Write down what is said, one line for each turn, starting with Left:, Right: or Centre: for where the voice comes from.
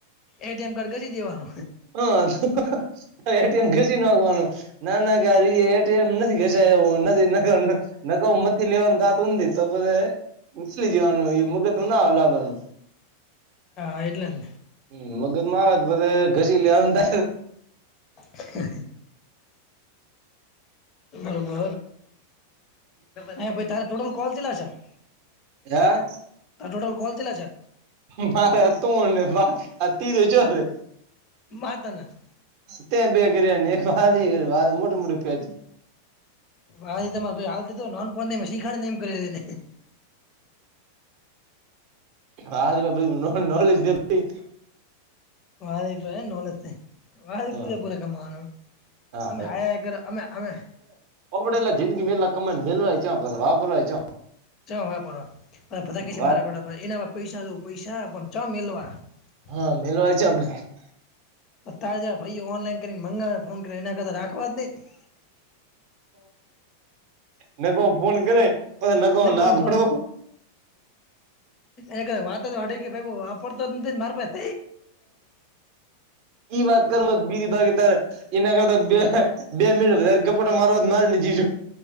Left: એટીએમ કાર્ડ ઘસી દેવાનું
Right: <unintelligible> એટીએમ, ઘસી નાખવાનું ના ના. ગ નદી નગ નગવ <unintelligible> થી લેવાનું, ધાત ઊંધી તો બધ મલી જવાનું મગ. તો ના હલાવવાનું.
Left: હા એટલે જ
Right: હ મગત મા આવે પછી ઘસી લેવાનું <unintelligible>
Left: <unintelligible> બ બરોબ હ તારેા ટોટલ કોલ ચેટલા છે. <unintelligible>
Right: હા.
Left: તાર ટોટલ કોલ ચેતલા છે.
Right: મારે તોણ ને પાચ આ તીજે ચોથુ હે.
Left: મહ તના <unintelligible>
Right: ત્યાં બે કર્યા એક વા વા મોટું મોટું ફેચ <unintelligible>
Left: ભાઈ હ, તમારે હાલ થ નોન પણ શીખડ ને, એમ કરને.
Right: હાલ નો, નોલેજ દે ભાઈ.
Left: વારે પય નોલેત પર. વા
Right: હા
Left: પૂરે પૂરે કમાવાનું,
Right: હા
Left: અમે હાયા હય કર, અમે અમે.
Right: હબડ એલા જિંદી મેલા અ કામન મેલવા ચા પસ વાબરય ચો. <unintelligible>
Left: ચ વાપરવા બધા કે
Right: વાત
Left: મારા એના પૈસા જો પૈસા પણ ચ મેલવા, <unintelligible>
Right: હા મેલવાય ચ <unintelligible>
Left: તો તાજા ભાઈઓ ઓનલાઈન કરીને મંગાવે, ફોન કરી, એના કરતાં રાખવા જ નઈ.
Right: ના ક ફોન કરે. પછી નકો
Left: લ
Right: ના
Left: ગ
Right: પાડો
Left: ફોન. એ વાત તો વાડે કે, ભાઈ વાપરતો મારા પાહે.
Right: ઈ વાત કર મ બીજી બાાગે તારે, <unintelligible> એના કરતા, બે-બે મિનટ વધારે ગપાટો મારવા મારીને જીજુ.